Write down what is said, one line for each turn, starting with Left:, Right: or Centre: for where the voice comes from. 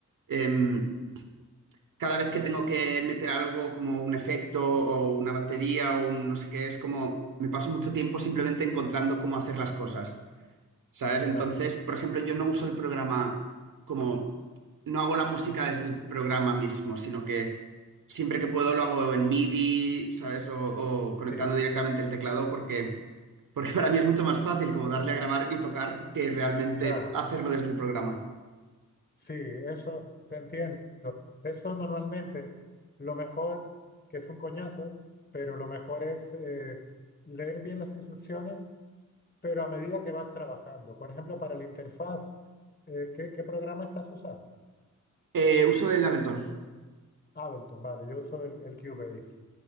Right: em, cada vez que tengo que meter algo como un efecto o una batería o un no sé qué, es como me paso mucho tiempo simplemente encontrando cómo hacer las cosas. ¿Sabes? Entonces,
Left: Claro,
Right: por ejemplo, yo no uso el programa como, no hago la música desde el programa mismo, sino que siempre que puedo lo hago en MIDI, ¿sabes? O, o conectando
Left: sí,
Right: directamente el teclado porque, porque <laughs> para mí es mucho más fácil como darle a grabar y tocar que realmente
Left: claro,
Right: hacerlo desde el programa.
Left: sí, eso te entiendo. Eso normalmente, lo mejor, que es un coñazo, pero lo mejor es eh, leer bien las instrucciones pero a medida que vas trabajando. Por ejemplo, para la interfaz, eh, ¿qué, qué programa estás usando?
Right: Eh, uso el Ableton.
Left: Ableton, vale, yo uso el, el Cubase.